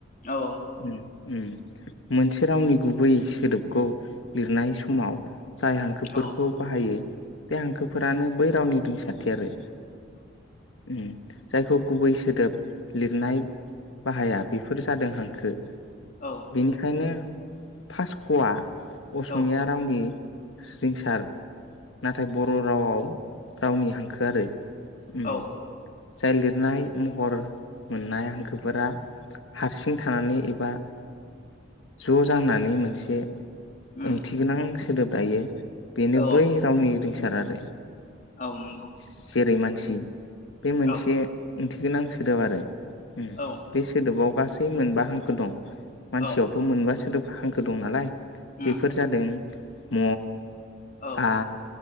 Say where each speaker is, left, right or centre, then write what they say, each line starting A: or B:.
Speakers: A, on the left; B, on the left.
A: औ।
B: ओम ओम मोनसे रावनि गुबै सोदोबखौ लिरनाय समाव जाय हांखोफोरखौ
A: औ
B: बाहायो बे हांखोफोरानो बै रावनि रिसारथि आरो। ओम जायखौ गुबै सोदोब लिरनाय बाहाया बेफोर जादों हांखो।
A: औ।
B: बेनिखायनो फास ख आ असमिया
A: औ
B: रावनि रिंसार नाथाय ब र' रावआव रावनि हांखो आरो ओम।
A: औ
B: जाय लिरनाय महर मोननाय हांखोफोरा हारसिं थानानै एबा ज' जानानै मोनसे
A: उम
B: ओंथि गोनां सोदोब लायो बेनो
A: औ
B: बै गावनि रिसार आरो
A: औ नंगौ
B: जेरै मानसि बे मोनसे
A: औ
B: ओंथिगोनां सोदोब आरो ओम
A: औ
B: बे सोदोबाव गासै मोनबा हांखो दं। मानसियावथ'
A: औ
B: मोनबा सोदोबा हांखो दं नालाय
A: उम
B: बेफोर जादों म
A: औ
B: आ